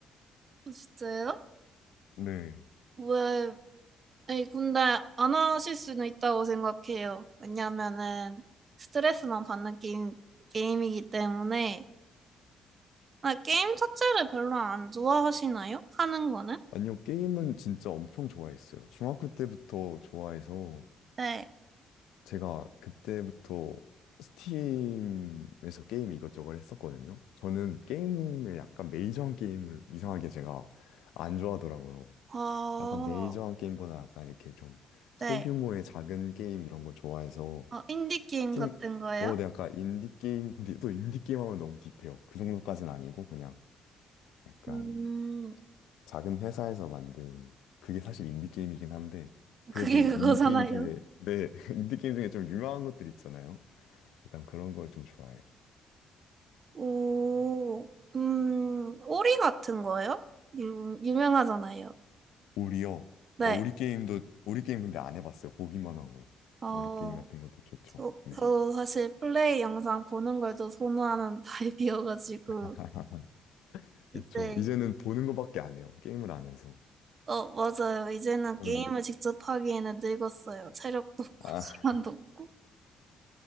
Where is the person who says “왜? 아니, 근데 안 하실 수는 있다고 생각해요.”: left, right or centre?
Right